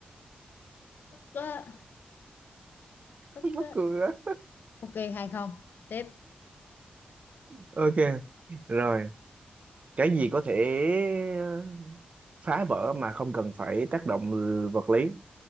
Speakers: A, on the left (about 80°); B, on the right (about 45°).
A: có tức
B: <laughs> mắc
A: á.
B: cười á
A: ok hay không tiếp
B: ok rồi cái gì có thể ờ, phá vỡ mà không cần phải tác động vật lý